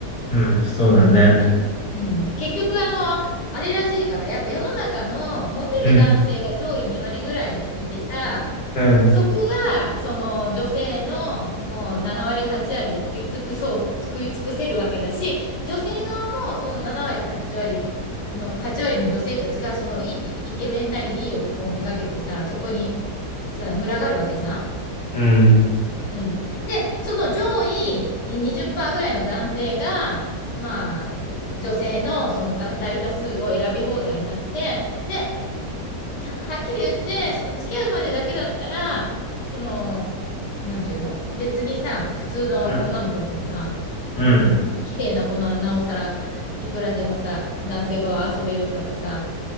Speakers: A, on the left; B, on the left.
A: うん、そうだね。
B: ね。うん。結局、あの、あれらしいから、やっぱ世の中のモテる男性が上位2割ぐらいいてさ、
A: うん、うん、
B: そこが、その女性のもう7割8割を食い尽くそう、食い尽くせるわけだし、女性側もその7割8割の、8割の女性たちが、そのイ、イイケメンなりいい男をめがけてさ、そこにさ、群がるわけじゃん
A: うん、
B: うん。で、その上位20%ぐらいの男性が、まあ、女性のその大大多数を選び放題になって、で、は、はっきり言って、その付き合うまでだけだったら、その、なんていうの別にさ、普通の女の子でもさ、
A: うん、うん。
B: まあ綺麗な子ならなおさら、いくらでもさ、男性側は遊べるからさ、